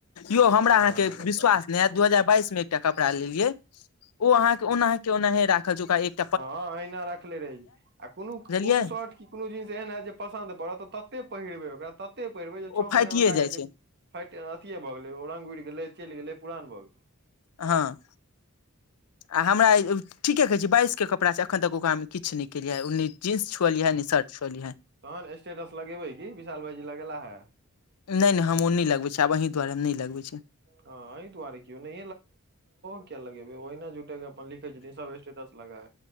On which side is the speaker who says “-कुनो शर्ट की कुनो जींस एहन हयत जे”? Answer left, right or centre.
Right